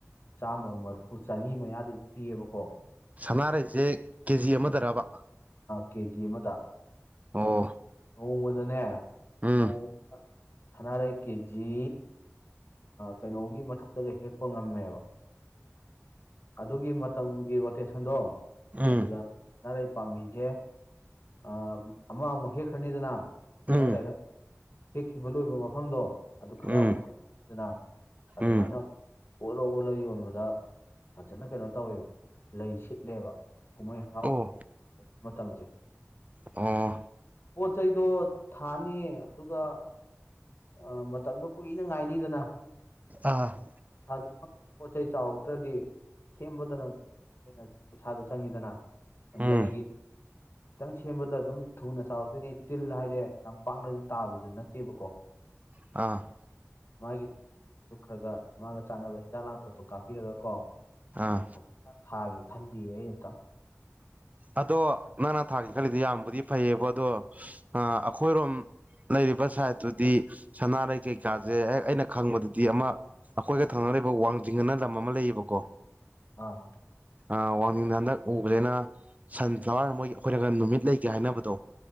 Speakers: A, on the left; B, on the right.
A: ꯆꯥꯝꯃ ꯃꯔꯐꯨ ꯆꯅꯤ ꯃꯌꯥꯗꯤ ꯑꯗꯨꯝ ꯄꯤꯌꯦꯕꯀꯣ꯫
B: ꯁꯅꯥꯔꯩꯁꯦ ꯀꯦ ꯖꯤ ꯑꯃꯗꯔꯕ꯫
A: ꯀꯦꯖꯤ ꯑꯃꯗ
B: ꯑꯣ
A: ꯅꯣꯡꯃꯗꯅꯦ
B: ꯎꯝ
A: ꯅꯣꯡꯃ ꯁꯅꯥꯔꯩ ꯀꯦꯖꯤ ꯀꯩꯅꯣꯒꯤ ꯃꯊꯛꯇꯒ ꯍꯦꯛꯄ ꯉꯝꯃꯦꯕ ꯑꯗꯨꯒꯤ ꯃꯇꯝꯒꯤ ꯔꯣꯇꯦꯁꯟꯗꯣ
B: ꯎꯝ
A: ꯑꯗꯨꯗ ꯑꯅꯥꯩ ꯄꯥꯝꯕꯤꯁꯦ ꯑ ꯑꯃ ꯑꯃꯨꯛ ꯍꯦꯛꯈ꯭ꯔꯅꯤꯗꯅ
B: ꯎꯝ
A: ꯈꯔ ꯂꯩꯔꯛ ꯍꯦꯛꯈꯤꯕ ꯂꯣꯏꯕ ꯃꯐꯝꯗꯣ ꯑꯗꯨ ꯈꯔ
B: ꯎꯝ
A: ꯑꯃꯨꯛ ꯁꯈꯤꯗꯅ ꯑꯗꯨꯃꯥꯏꯅ
B: ꯎꯝ
A: ꯑꯣꯠꯜꯂ ꯑꯣꯜꯂ ꯌꯣꯟꯕꯗ ꯐꯖꯅ ꯀꯩꯅꯣ ꯇꯧꯋꯦꯕ ꯂꯩ ꯁꯤꯠꯂꯦꯕ ꯀꯨꯝꯍꯩ ꯍꯔꯥꯎ
B: ꯑꯣ
A: ꯃꯇꯝꯁꯦ
B: ꯑꯣ
A: ꯄꯣꯠ ꯆꯩꯗꯣ ꯊꯥꯅꯤ ꯑꯗꯨꯒ ꯑ ꯃꯇꯝꯗꯣ ꯀꯨꯏꯅ ꯉꯥꯏꯅꯤꯗꯅ
B: ꯑ
A: ꯄꯩ ꯄꯣꯠ ꯆꯩ ꯆꯥꯎꯔꯗ꯭ꯔꯗꯤ ꯁꯦꯝꯕꯗꯅ ꯍꯦꯟꯅ ꯄꯩꯁꯥꯗ ꯆꯪꯉꯤꯗꯅ
B: ꯎꯝ
A: ꯂꯩꯒꯤ ꯈꯤꯇꯪ ꯁꯦꯝꯕꯗ ꯑꯗꯨꯝ ꯊꯨꯅ ꯆꯥꯎꯔꯛꯇꯣꯏꯅꯤ ꯇꯤꯜ ꯍꯥꯏꯗꯤꯦ ꯌꯥꯝ ꯄꯥꯛꯅꯁꯨ ꯇꯥꯕꯗꯨ ꯅꯠꯇꯦꯕꯀꯣ
B: ꯑ
A: ꯃꯥꯒꯤ ꯈꯔꯒ ꯃꯥꯒ ꯆꯥꯅꯕ ꯍꯤꯗꯥꯛ ꯂꯥꯡꯊꯛꯇꯣ ꯀꯥꯞꯄꯤꯔꯒ ꯀꯣ
B: ꯑꯥ
A: ꯐꯖꯅ ꯊꯥꯒꯦ ꯈꯜꯂꯤꯌꯦ ꯑꯩ ꯑꯨꯛꯇ
B: ꯑꯗꯣ ꯅꯪꯅ ꯊꯥꯒ ꯈꯜꯂꯤꯗ ꯌꯥꯝꯕꯨꯗꯤ ꯐꯩꯌꯦꯕ ꯑꯗꯣ ꯑꯩꯈꯣꯏꯔꯣꯝ ꯂꯩꯔꯤꯕ ꯁꯥꯏꯠꯇꯨꯗꯤ ꯁꯅꯥꯔꯩ ꯀꯩꯀꯥꯁꯦ ꯍꯦꯛ ꯑꯩꯅ ꯈꯪꯕꯗꯗꯤ ꯑꯃ ꯑꯩꯈꯣꯏꯒ ꯊꯥꯡꯅ ꯂꯩꯕ ꯋꯥꯡꯖꯤꯡ ꯑꯅ ꯂꯝ ꯑꯃ ꯂꯩꯌꯦꯕꯀꯣ
A: ꯑ
B: ꯑ ꯋꯥꯡꯤꯡꯗ ꯍꯟꯗꯛ ꯎꯕꯗꯩꯅ ꯁꯟꯐ꯭ꯂꯥꯋꯔ ꯃꯣꯏ ꯑꯩꯈꯣꯏꯔꯒ ꯅꯨꯃꯤꯠ ꯂꯩꯒꯦ ꯍꯥꯏꯅꯕꯗꯣ